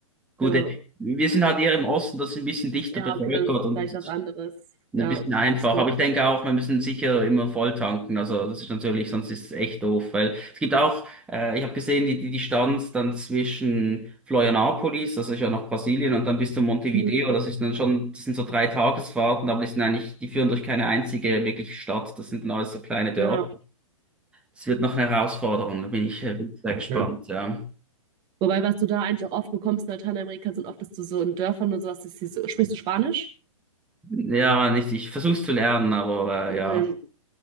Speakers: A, in the centre; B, on the right.
A: gut,
B: genau.
A: wir sind halt eher im Osten, das ist ein bisschen dichter
B: Ja,
A: bevölkert
B: okay, dann ist es
A: und
B: vielleicht was anderes.
A: Ein
B: Ja,
A: bisschen einfach,
B: das stimmt.
A: aber ich denke auch, wir müssen sicher immer voll tanken. Also das ist natürlich, sonst ist es echt doof, weil es gibt auch, äh, ich habe gesehen, die, die Distanz dann zwischen Florianópolis, das ist ja nach Brasilien, und dann bis zu Montevideo,
B: Mhm,
A: das ist dann schon, das sind so drei Tagesfahrten, aber die sind eigentlich, die führen durch keine einzige wirkliche Stadt, das sind dann alles so kleine Dörfer.
B: Ja.
A: Das wird noch eine Herausforderung, da bin ich äh, bin sehr gespannt,
B: Hm.
A: ja.
B: Wobei, was du da eigentlich auch oft bekommst in Lateinamerika, sind oft, dass du so in Dörfern oder sowas, dass die so, sprichst du Spanisch?
A: Ja, nicht, ich versuche es zu lernen, aber äh,
B: Okay.
A: ja.